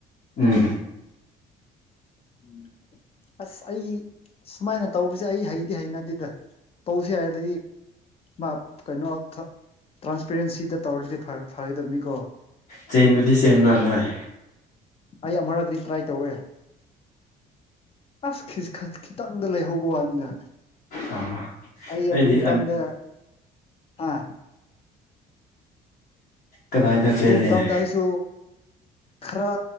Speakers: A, on the left; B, on the left.
A: ꯎꯝ
B: <inaudible> ꯑꯁ ꯑꯩ ꯁꯨꯃꯥꯏꯅ ꯇꯧꯕꯁꯦ ꯑꯩ ꯍꯩꯗꯤ ꯍꯩꯅꯗꯦꯗ ꯇꯧꯁꯤ ꯍꯥꯏꯔꯗꯤ ꯃꯥ ꯀꯩꯅꯣ ꯇ꯭ꯔꯥꯟꯁꯄꯦꯔꯦꯟꯁꯤꯗ ꯇꯧꯔꯗꯤ ꯐꯒꯗꯕꯅꯤꯀꯣ
A: ꯆꯦꯟꯕꯗꯤ ꯆꯦꯟꯕꯔ ꯅ‌ꯣꯏ
B: ꯑꯩ ꯑꯃꯨꯔꯛꯇꯤ ꯇ꯭ꯔꯥꯏ ꯇꯧꯋꯦ ꯑꯁ ꯈꯤꯇꯪꯗ ꯂꯩꯍꯧꯕ ꯋꯥꯅꯤꯗ
A: ꯑꯥ
B: ꯑꯩ ꯑꯗꯨꯝ
A: ꯑꯩꯗꯤ
B: ꯇꯝꯗ ꯍꯥ
A: ꯀꯗꯥꯏꯗ ꯆꯦꯜꯂꯦ
B: ꯑꯗꯨ ꯃꯇꯝꯗ ꯑꯩꯁꯨ ꯈꯔ